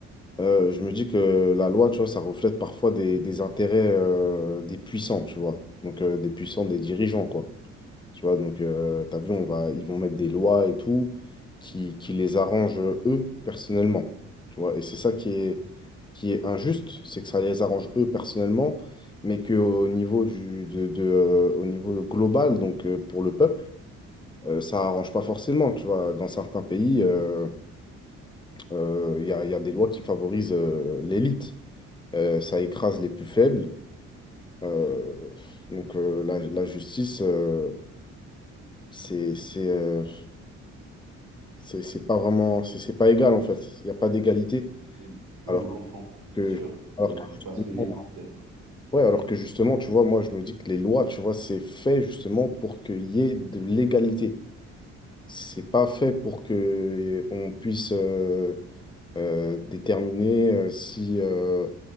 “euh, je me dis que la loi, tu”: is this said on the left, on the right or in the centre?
Left